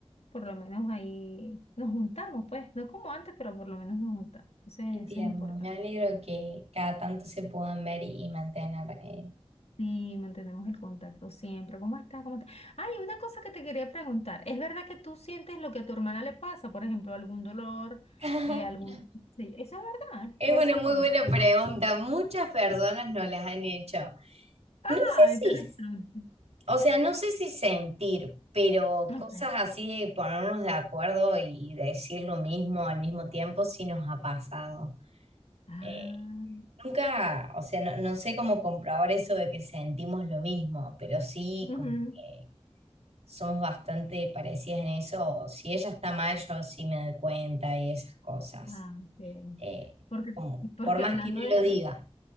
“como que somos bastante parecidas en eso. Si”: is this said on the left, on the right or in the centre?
Right